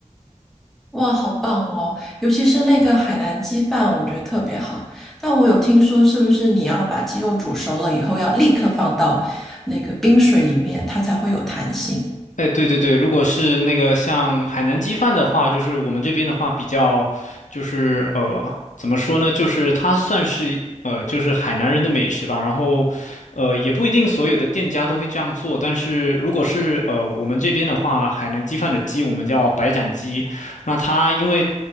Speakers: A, in the centre; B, on the left (about 80°).
A: 哇，好棒哦，尤其是那个海南鸡饭，我觉得特别好。但我有听说，是不是你要把鸡肉煮熟了以后，要立刻放到那个冰水里面，它才会有弹性？
B: 哎，对对对，如果是那个像海南鸡饭的话，就是我们这边的话比较，就是呃，怎么说呢？就是它算是呃，就是海南人的美食吧。然后，呃，也不一定所有的店家都会这样做，但是如果是呃我们这边的话，海南鸡饭的鸡我们叫白斩鸡，那它因为